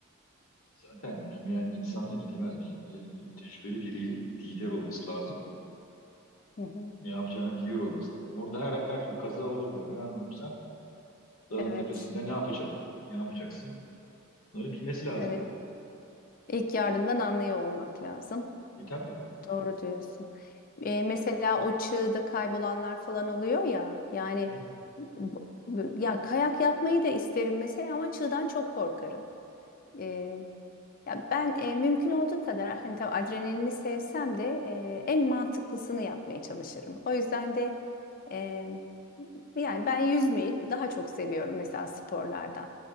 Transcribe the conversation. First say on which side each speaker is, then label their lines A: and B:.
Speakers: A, on the left; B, on the left.
A: Zaten bilmeyen insanla gidilmez. Bil- Yani tecrübeli bir li- lider olması lazım.
B: Hı hı.
A: Ne yapacağını biliyor olması lazım. Orada her, her türlü kaza olabilir. Ayağını burksan dağın
B: Evet,
A: tepesinde ne yapacak? Ne yapacaksın? Bunları bilmesi lazım.
B: evet. İlk yardımdan anlıyor olmak lazım.
A: E tabii.
B: Doğru diyorsun. Ee, mesela o çığda kaybolanlar falan oluyor ya. Yani
A: Hı.
B: bu- bu- ya kayak yapmayı da isterim mesela ama çığdan çok korkarım. E, Ya ben e, mümkün olduğu kadar hani tabii adrenalini sevsem de e, en mantıklısını yapmaya çalışırım. O yüzden de e, yani ben yüzmeyi daha çok seviyorum mesela sporlardan.